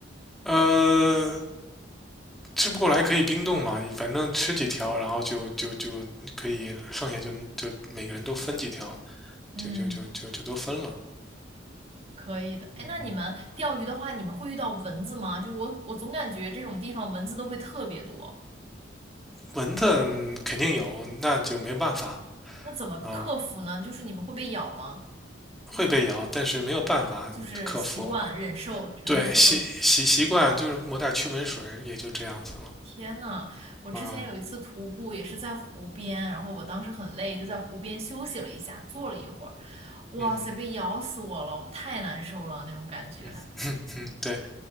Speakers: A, in the centre; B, on the right.
A: 呃，吃不过来可以冰冻嘛，反正吃几条，然后就就就可以剩下就就每个人都分几条，
B: <laughs> 嗯，
A: 就就就就就都分了。
B: 可以的。哎，
A: 嗯。
B: 那你们钓鱼的话，你们会遇到蚊子吗？就我，我总感觉这种地方蚊子都会特别多。
A: 蚊子嗯肯定有，那就没办法
B: 那怎么克服呢？
A: 啊，
B: 就是你们会被咬吗？
A: 会被咬，但是没有办法克服。
B: 就是习惯忍受，只能忍受。
A: 对，习习习惯就是抹点驱蚊水，也就这样子了。
B: 天呐，我之前有一次徒步也是在湖边，
A: 嗯
B: 然后我当时很累，就在湖边休息了一下，坐了一会儿，哇塞，
A: 嗯
B: 被咬死我了，我太难受了那种感觉。
A: 嗯嗯，对